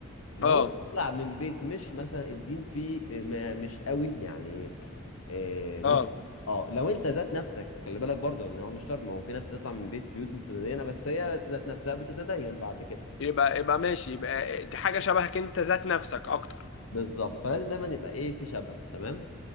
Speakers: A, on the left (about 80°); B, on the left (about 60°).
A: لو
B: اه
A: انت طالع من بيت مش مثلا الدين فيه م- مش قوي يعني آه، مش
B: اه
A: اه لو انت ذات نفسك خلي بالك برضو ان هو مش شرط ما هو في ناس بتطلع من بيت بيوت مش متدينه بس هي ذات نفسها بتتدين بعد كده
B: يبقى يبقى ماشي يبقى حاجة شبهك انت ذات نفسك اكتر
A: بالظبط فلازم دايما يبقى ايه في شبه تمام